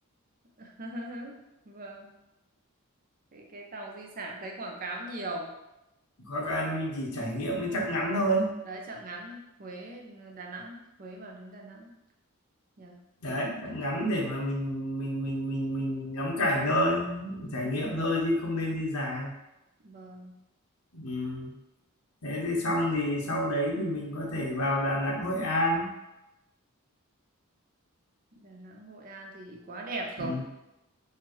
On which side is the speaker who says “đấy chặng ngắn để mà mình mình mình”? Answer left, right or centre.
Left